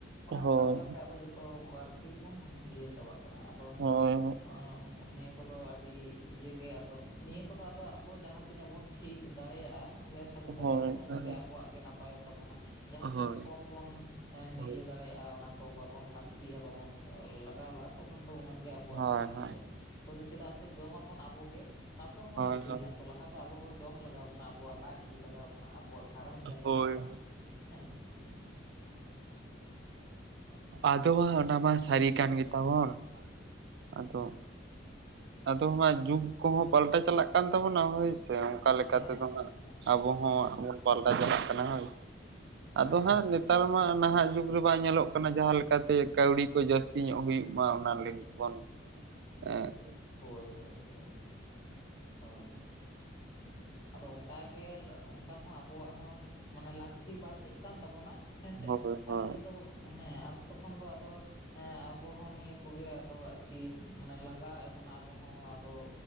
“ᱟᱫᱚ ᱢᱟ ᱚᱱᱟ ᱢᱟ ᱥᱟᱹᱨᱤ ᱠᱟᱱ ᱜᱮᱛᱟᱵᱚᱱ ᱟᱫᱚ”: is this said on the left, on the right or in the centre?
Right